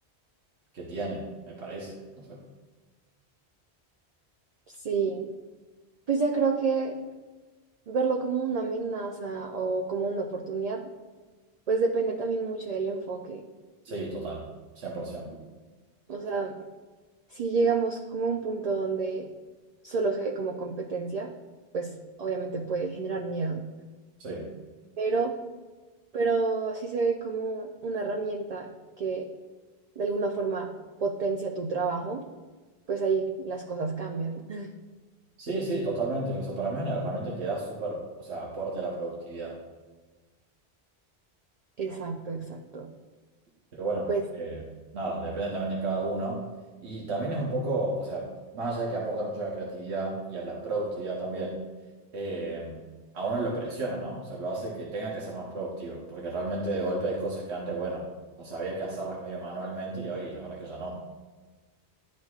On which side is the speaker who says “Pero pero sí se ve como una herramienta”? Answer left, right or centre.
Right